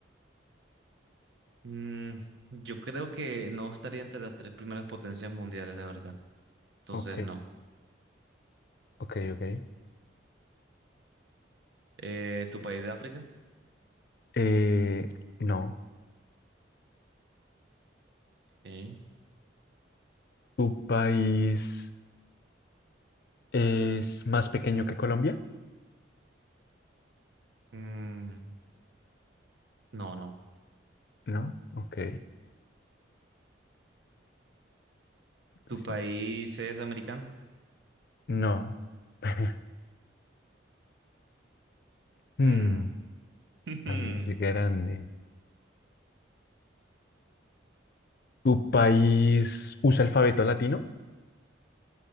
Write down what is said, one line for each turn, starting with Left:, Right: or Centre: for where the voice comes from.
Right: Mm, yo creo que no estaría entre las tres primeras potencias mundiales, la verdad. Entonces,
Left: Ok.
Right: no.
Left: Ok, ok.
Right: Eh, ¿tu país de África?
Left: Eh, no.
Right: Ok.
Left: ¿Tu país es más pequeño que Colombia?
Right: Mm, no, no.
Left: No. Ok.
Right: ¿Tu
Left: Sí.
Right: país es americano?
Left: No. <laughs> Hmm,
Right: Mm. <laughs>
Left: país grande. ¿Tu país usa alfabeto latino?